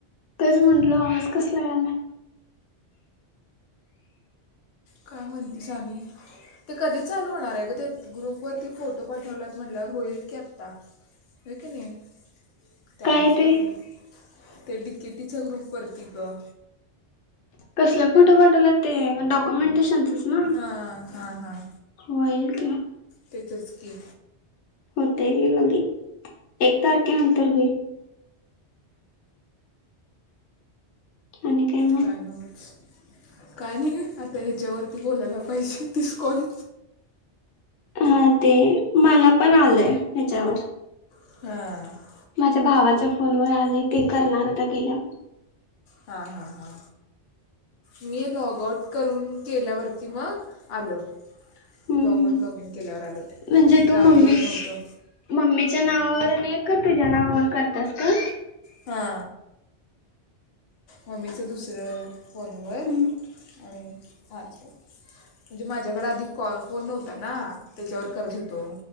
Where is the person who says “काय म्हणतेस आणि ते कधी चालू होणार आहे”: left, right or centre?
Left